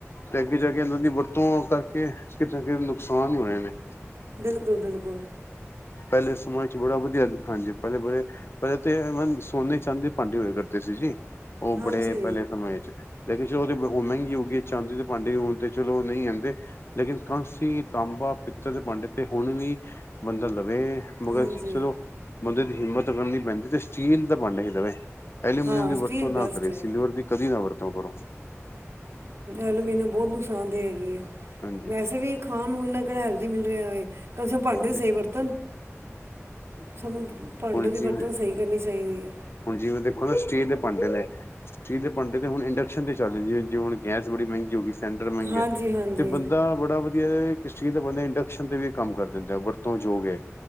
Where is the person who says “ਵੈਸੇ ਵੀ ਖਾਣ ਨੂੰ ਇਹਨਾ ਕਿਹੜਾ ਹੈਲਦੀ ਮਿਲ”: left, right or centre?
Right